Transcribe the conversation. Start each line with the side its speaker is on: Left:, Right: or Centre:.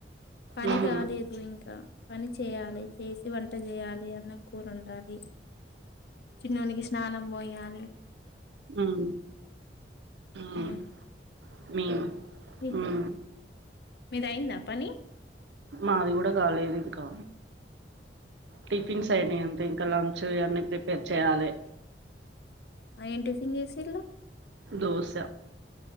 Left: పని
Right: ఉహుం.
Left: కాలేదు ఇంకా పని చేయాలె చేసి వంట చేయాలె అన్నం కూర ఒండాలి చిన్నోనికి స్నానం పోయి అ
Right: మ్ మ్
Left: మ్మ్.
Right: మీ
Left: మీ-
Right: మ్
Left: మీదయిందా పని
Right: మాది గూడ కాలేదు కా టిఫిన్స్ అయినయి అంత ఇంకాంత చువివన్నీ ప్రిపేర్ చేయాలి
Left: ఏం టిఫిన్ చేసిళ్ళు
Right: దోస